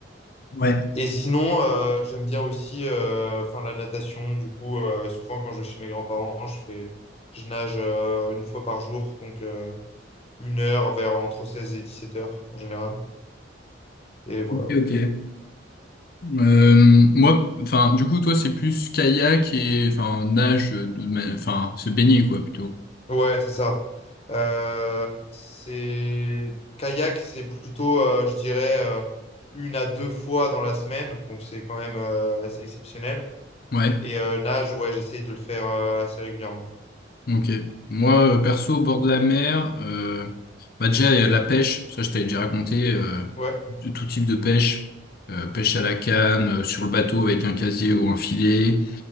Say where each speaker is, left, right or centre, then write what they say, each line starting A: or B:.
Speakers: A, on the left (about 50°); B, on the left (about 35°).
A: Ouais.
B: Et sinon, euh, j'aime bien aussi euh, enfin, la natation. Du coup, euh, souvent, quand je vais chez mes grands-parents, je fais, je nage euh, une fois par jour, donc euh, une heure vers entre 16 et 17 heures en général. Et voilà.
A: Ok, ok. Euh, moi, enfin, du coup, toi, c'est plus kayak et enfin nage, de ma- enfin se baigner quoi plutôt.
B: Ouais, c'est ça. Euh, c'est kayak, c'est plutôt, euh, je dirais, euh, une à deux fois dans la semaine, donc c'est quand même euh, assez exceptionnel.
A: Ouais.
B: Et euh, nage, ouais, j'essaye de le faire euh, assez régulièrement.
A: Ok. Moi, euh, perso, au bord de la mer, euh, bah déjà euh, la pêche, ça je t'avais déjà raconté, euh,
B: Ouais.
A: de tout type de pêche, euh, pêche à la canne, euh, sur le bateau avec un casier ou un filet,